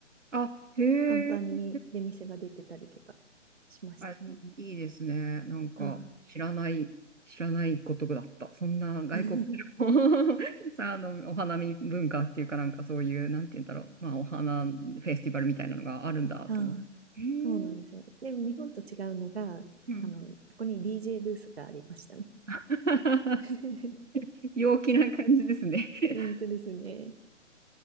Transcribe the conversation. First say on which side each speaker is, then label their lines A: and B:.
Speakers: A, on the right; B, on the right.
A: あ、へ
B: 簡単に出店が出てたりとかしましたね。
A: え。あ、いいですね。なんか、
B: はい。
A: 知らない、知らないことだった。そんな外国の
B: <laughs>
A: <laughs> さ、あの、お花見文化っていうかなんかそういう、なんて言うんだろう。まあ、お花フェスティバルみたいなのがあるんだと思って。
B: ああ、
A: へえ、
B: そうなんですよ。でも日本と違うのが、
A: うん。
B: あの、そこに DJ ブースがありましたね。
A: <laughs>
B: <laughs>
A: 陽気な感じですね。<laughs>
B: 本当ですね。